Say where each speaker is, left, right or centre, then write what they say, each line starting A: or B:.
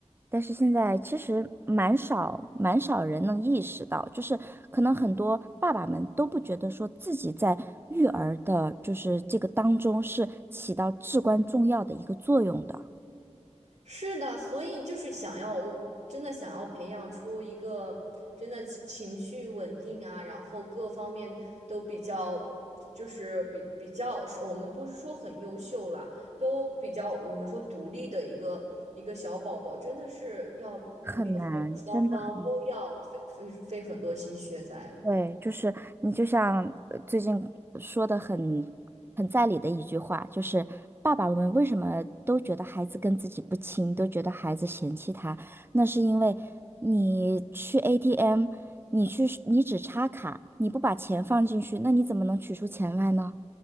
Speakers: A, on the right (about 20°); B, on the right (about 70°).
A: 但是现在其实蛮少蛮少人能意识到，就是可能很多爸爸们都不觉得说自己在育儿的，就是这个当中是起到至关重要的一个作用的，
B: 是的，所以就是想要，我真的想要培养出一个真的情情绪稳定啊，然后各方面都比较，就是比比较是，我们不是说很优秀啦，都比较我们说独立的一个一个小宝宝，真的是要两父母双方都要费费费很多心血在。
A: 很难，真的很对，就是你就像呃最近呃说的很很在理的一句话，就是爸爸们为什么都觉得孩子跟自己不亲，都觉得孩子嫌弃他，那是因为你去 ATM，你去你只插卡，你不把钱放进去，那你怎么能取出钱来呢？